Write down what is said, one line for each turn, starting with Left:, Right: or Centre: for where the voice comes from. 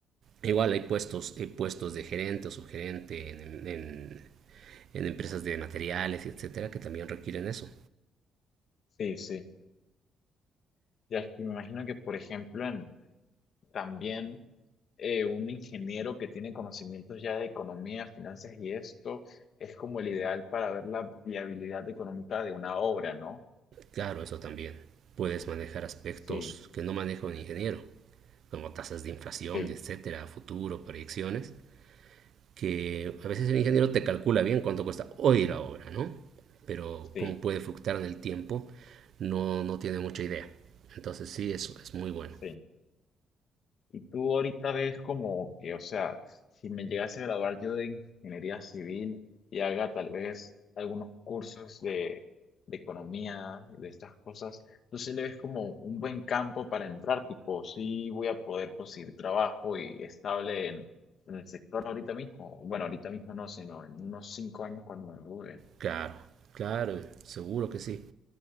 Right: igual hay puestos, hay puestos de gerente o subgerente en, en, en empresas de materiales, etcétera, que también requieren eso.
Left: sí, sí. Ya es que me imagino que, por ejemplo, en, también eh, un ingeniero que tiene conocimientos ya de economía, finanzas y esto es como el ideal para ver la viabilidad económica de una obra, ¿no?
Right: Claro, eso también. Puedes manejar aspectos
Left: Sí,
Right: que no maneja un ingeniero, como tasas de inflación,
Left: sí,
Right: etcétera, futuro, proyecciones que a veces el ingeniero te calcula bien cuánto cuesta hoy la obra, ¿no? Pero
Left: sí,
Right: cómo puede fluctuar en el tiempo, no, no tiene mucha idea. Entonces sí, eso es muy bueno.
Left: sí. Y tú ahorita ves como que, o sea, si me llegase a graduar yo de ingeniería civil y haga tal vez algunos cursos de, de economía, de estas cosas, tú sí le ves como un buen campo para entrar, tipo, sí voy a poder conseguir trabajo y estable en, en el sector ahorita mismo. Bueno, ahorita mismo no, sino en unos cinco años cuando me gradúe.
Right: Claro, claro, seguro que sí.